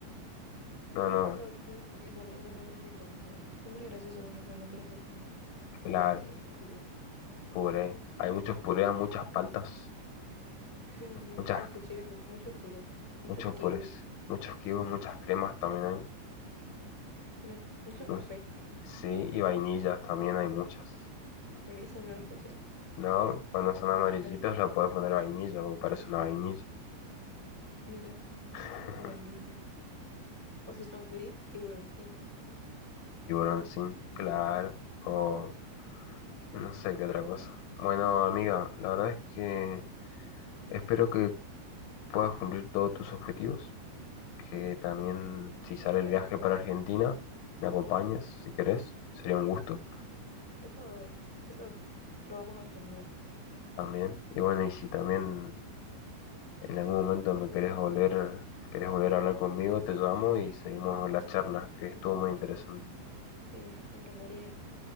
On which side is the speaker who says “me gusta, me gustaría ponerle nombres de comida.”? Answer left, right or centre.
Right